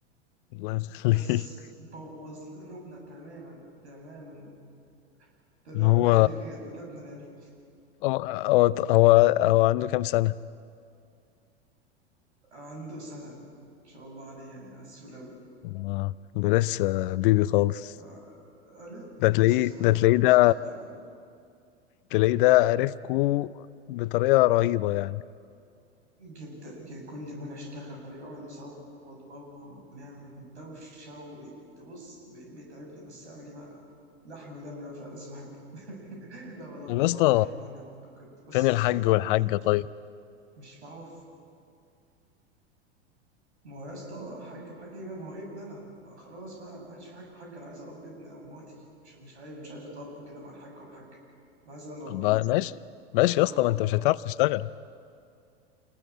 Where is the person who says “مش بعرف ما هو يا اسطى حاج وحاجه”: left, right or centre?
Right